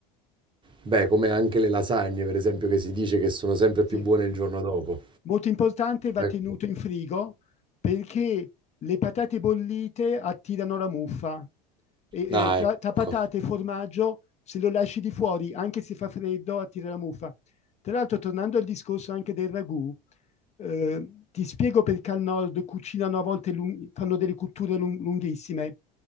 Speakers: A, on the right (about 25°); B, on the left (about 35°).
A: Beh, come anche le lasagne, per esempio, che si dice che sono sempre più
B: Sì.
A: buone il giorno dopo.
B: Molto importante, va
A: Ecco.
B: tenuto in frigo perché le patate bollite attirano la muffa e,
A: Ah,
B: e tra,
A: ecco.
B: tra patate e formaggio se lo lasci di fuori, anche se fa freddo, attira la muffa. Tra l'altro, tornando al discorso anche del ragù, eh, ti spiego perché al nord cucinano a volte, lung- fanno delle cotture lung- lunghissime,